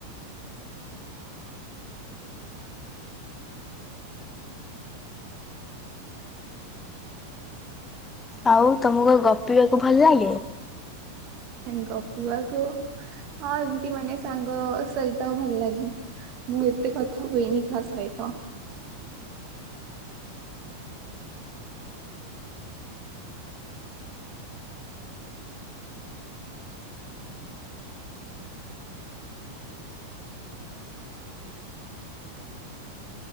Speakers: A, on the left; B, on the right.
A: ଆଉ ତମକୁ ଗପିବାକୁ ଭଲ ଲାଗେ?
B: ଗପିବାକୁ ହଁ ଏମିତି ମାନେ ସାଙ୍ଗ ସହିତ ଆଉ ଭଲ ଲାଗେ। ମୁଁ ଏତେ କଥା ହୁଏନି କାହା ସହିତ।